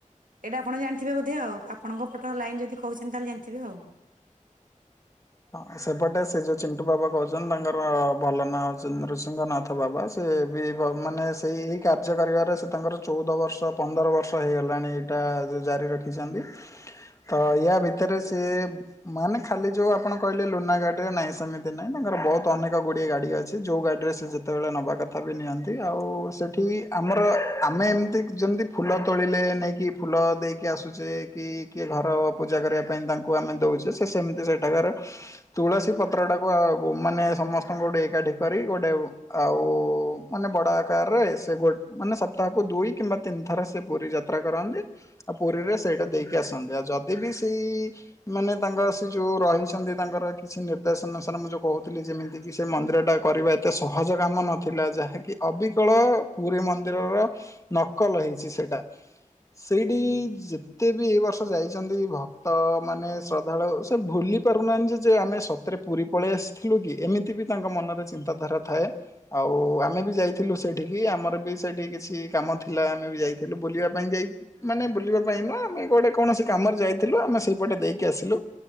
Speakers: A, on the right (about 85°); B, on the left (about 25°).
A: ଏଇଟା ଆପଣ ଜାଣିଥିବେ ବୋଧେ ଆଉ ଆପଣଙ୍କ ପଟ ଲାଇନ ଯଦି କହୁଛନ୍ତି ତାହେଲେ ଜାଣିଥିବେ ଆଉ।
B: ହଁ ସେପଟେ ସେ ଯୋଉ ଚିଣ୍ଟୁ ବାବା କହୁଛନ୍ତି ତାଙ୍କର ଭଲ ନାଁ ହଉଛନ୍ତି ନୃସିଂହ ନାଥ ବାବା। ସେ ବି ମାନେ ସେଇ ଏହି କାର୍ଯ୍ୟ କରିବାରେ ସେ ତାଙ୍କର ଚଉଦ ବର୍ଷ ପନ୍ଦର ବର୍ଷ ହେଇଗଲାଣି। ସେଟା ତ ଜାରି ରଖିଛନ୍ତି। ତ ୟା ଭିତରେ ସିଏ ମାନେ ଖାଲି ଯୋଉ ଆପଣଙ୍କ କହିଲି ଲୁନା ଗାଡି ରେ ନାଇଁ ସେମିତି ନାଇଁ ତାଙ୍କର ବହୁତ ଅନେକ ଗୁଡିଏ ଗାଡି ଅଛି ଯୋଉ ଗାଡିରେ ସେ ଯେତେବେଳେ ନେବା କଥା ବି ନିଅନ୍ତି ଆଉ ସେଠି ଆମର ଆମେ ଏମିତି ଯେମିତି ଫୁଲ ତୋଳିଲେ ନେଇକି ଫୁଲ ଦେଇକି ଆସୁଛେ କି କିଏ ଘର ପୂଜା କରିବା ପାଇଁ ତାଙ୍କୁ ଆମେ ଦେଉଛେ ସେ ସେମିତି ସେଠାକାର ତୁଳସୀ ପତ୍ରଟାକୁ ଆଉ ମାନେ ସମସ୍ତଙ୍କୁ ଗୋଟେ ଏକାଠି କରି ଗୋଟେ ଆଉ ମାନେ ବଡ ଆକାରରେ ସେ ଗୋଟ ମାନେ ସପ୍ତାହକୁ ଦୁଇ କିମ୍ବା ତିନି ଥର ସେ ପୁରୀ ଯାତ୍ରା କରାନ୍ତି ଆ ପୁରୀରେ ସେଇଟା ଦେଇକି ଆସନ୍ତି ଆଉ ଯଦି ବି ସେଇ ମାନେ ତାଙ୍କ ସେ ଯୋଉ ରହିଛନ୍ତି ତାଙ୍କର କିଛି ନିର୍ଦ୍ଦେଶ ଅନୁସାରେ ମୁଁ ଯେଉଁ କହୁଥିଲି ଯେମିତିକି ସେ ମନ୍ଦିରଟା କରିବା ଏତେ ସହଜ କାମ ନଥିଲା ଯାହାକି ଅବିକଳ ପୁରୀ ମନ୍ଦିରର ନକଲ ହେଇଛି ସେଇଟା। ସେଇଠି ଯେତେ ବି ଏ ବର୍ଷ ଯାଇଛନ୍ତି ଭକ୍ତମାନେ ଶ୍ରଦ୍ଧାଳୁ ସେ ଭୁଲିପାରୁ <unintelligible> ଆମେ ସତରେ ପୁରୀ ପଳେଇ ଆସିଥିଲୁ କି ଏମିତି ବି ତାଙ୍କ ମନରେ ଚିନ୍ତାଧାରା ଥାଏ। ଆଉ ଆମେ ବି ଯାଇଥିଲୁ ସେଇଠିକି ଆମର ବି ସେଇଠି କିଛି କାମ ଥିଲା ଆମେ ବି ଯାଇଥିଲୁ ବୁଲିବା ପାଇଁ ଯାଇ ମାନେ ବୁଲିବା ପାଇଁ ନୁହଁ ଆମେ ଗୋଟେ କୌଣସି କାମରେ ଯାଇଥିଲୁ ଆମେ ସେଇପଟେ ଦେଇକି ଆସିଲୁ